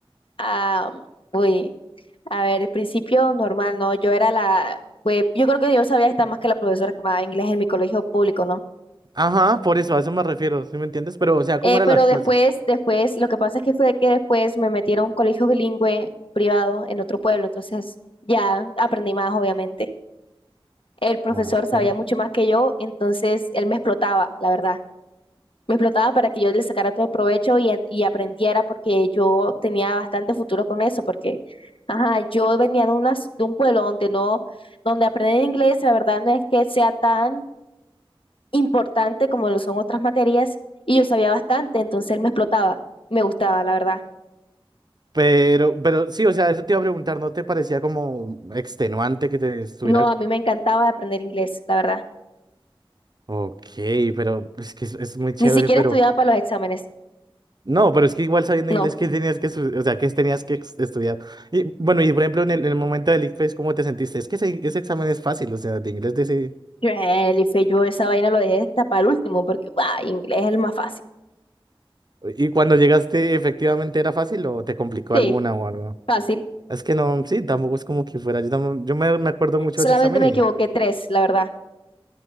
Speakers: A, on the left; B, on the right.
A: Ah, uy. A ver, al principio normal, ¿no? Yo era la, pues yo creo que yo sabía estar más que la profesora que me daba inglés en mi colegio público, ¿no?
B: Ajá, por eso, a eso me refiero, ¿sí me entiendes? Pero, o sea, ¿cómo
A: Eh,
B: eran
A: pero
B: las
A: después,
B: clases?
A: después, lo que pasa es que fue que después me metieron a un colegio bilingüe privado en otro pueblo, entonces ya aprendí más, obviamente. El profesor
B: Ok.
A: sabía mucho más que yo, entonces él me explotaba, la verdad. me explotaba para que yo le sacara todo el provecho y, a- y aprendiera porque yo tenía bastante futuro con eso, porque, ajá, yo venía de, unas, de un pueblo donde no, donde aprender inglés, la verdad no es que sea tan importante como lo son otras materias y yo sabía bastante, entonces él me explotaba, me gustaba, la verdad.
B: Pero, pero sí, o sea, eso te iba a preguntar, ¿no te parecía como extenuante que te estuviera...
A: No, a mí me encantaba aprender inglés, la verdad.
B: Ok, pero pues, es que es, es muy chévere,
A: Ni siquiera
B: pero...
A: estudiaba para los exámenes,
B: No, pero es que igual sabiendo
A: no.
B: inglés, ¿qué tenías que, estu- o sea, qué tenías que ex- estudiar? Y bueno, y por ejemplo, en el, en el momento del ICFES, ¿cómo te sentiste? Es que ese, ese examen es fácil, o sea, de inglés de ese...
A: Yo, Elife, yo esa vaina lo dejé hasta para el último porque, guau, inglés es el más fácil.
B: ¿Y cuando llegaste, efectivamente era fácil o te complicó
A: Sí,
B: alguna o algo?
A: fácil.
B: Es que no, sí, tampoco es como que fuera. Yo, tampoco- yo me, me acuerdo mucho
A: Solamente
B: de ese examen
A: me equivoqué tres, la verdad.